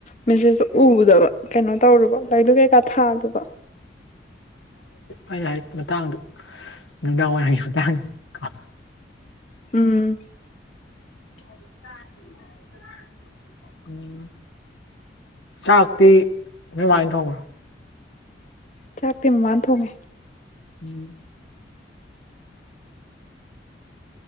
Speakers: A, on the left; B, on the left.
A: ꯃꯦꯖꯦꯖꯇ ꯎꯗꯕ ꯀꯩꯅꯣ ꯇꯧꯔꯕkpnppppp ꯂꯩꯗꯨ ꯀꯩꯀꯥ ꯊꯥꯒꯕ
B: ꯑꯩ ꯍꯥꯏ ꯃꯇꯥꯡꯗꯣ ꯅꯨꯡꯗꯥꯡ ꯋꯥꯏꯔꯝꯒꯤ ꯃꯇꯥꯡꯗ ꯀꯣ
A: ꯎꯝ
B: ꯇ ꯎꯝ ꯆꯥꯛꯇꯤ ꯅꯣꯏꯃꯥꯏꯅ ꯊꯣꯡꯕ꯭ꯔꯣ
A: ꯆꯥꯛꯇꯤ ꯃꯃꯥꯟ ꯊꯣꯡꯉꯦ
B: ꯎꯝ